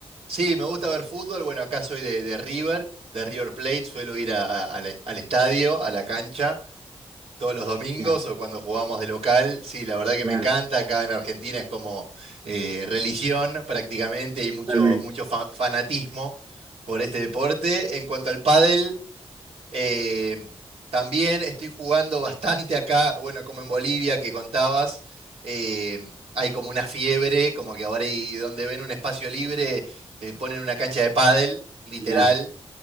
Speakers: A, on the right; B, on the right.
A: Sí, me gusta ver fútbol. Bueno, acá soy de, de River, de River Plate. Suelo ir a- a- al al estadio, a la cancha. todos los domingos
B: Ya,
A: o cuando jugamos de local. Sí, la verdad que
B: claro,
A: me encanta. Acá en Argentina es como eh, religión prácticamente. Hay mucho,
B: totalmente.
A: mucho fa- fanatismo por este deporte. En cuanto al pádel, eh, también estoy jugando bastante acá. Bueno, como en Bolivia que contabas, eh, hay como una fiebre, como que ahora y donde ven un espacio libre, eh, ponen una cancha de pádel, literal.
B: Ya,